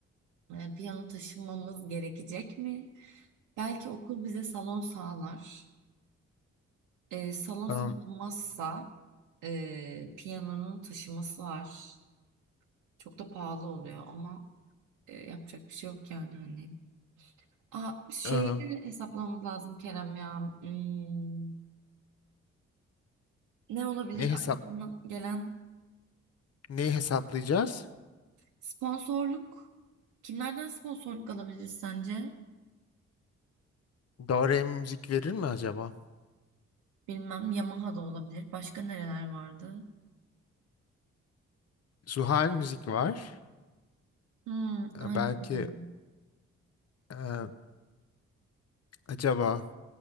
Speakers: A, on the right; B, on the left.
A: e, piyano taşınmamız gerekecek mi? Belki okul bize salon sağlar. E, salon sağlanmazsa
B: Am,
A: e, piyanonun taşıması var. Çok da pahalı oluyor ama e, yapacak bir şey yok yani hani. Aa, şeyde
B: am,
A: hesaplamamız lazım Kerem ya. Hmm, ne olabilir
B: ne hesap
A: Ay, gelen?
B: ne hesaplayacağız?
A: Sponsorluk. Kimlerden sponsorluk alabiliriz sence?
B: Doğru müzik verir mi acaba?
A: Bilmem. Yamaha da olabilir. Başka nereler vardı?
B: Zuhal müzik var.
A: Hmm,
B: E,
A: aynen.
B: belki e, acaba